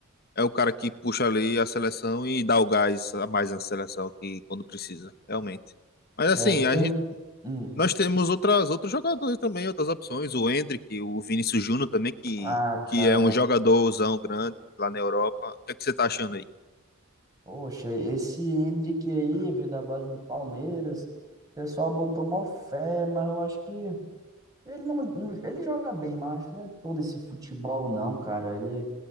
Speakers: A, on the left; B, on the right.
A: é o cara que puxa ali a seleção e dá o gás a mais na seleção que quando precisa, realmente. Mas assim,
B: É, tu
A: a
B: pergunta...
A: gente
B: Hum.
A: Nós temos outras, outros jogadores também, outras opções. O Endrick, o Vinícius Júnior também, que,
B: Ah,
A: que
B: cara.
A: é um jogadorzão grande lá na Europa. O que é que você tá achando aí?
B: Poxa, esse Hendrick aí veio da base do Palmeiras. O pessoal botou mó fé, mas eu acho que ele não, não- ele joga bem, mas acho que não é todo esse futebol não, cara. Ele